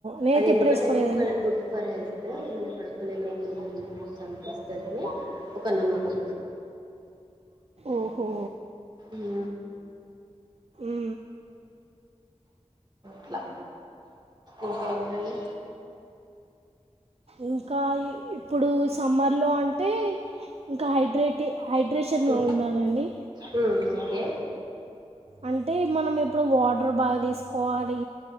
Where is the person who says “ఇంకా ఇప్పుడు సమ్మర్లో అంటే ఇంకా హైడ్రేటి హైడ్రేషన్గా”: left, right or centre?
Right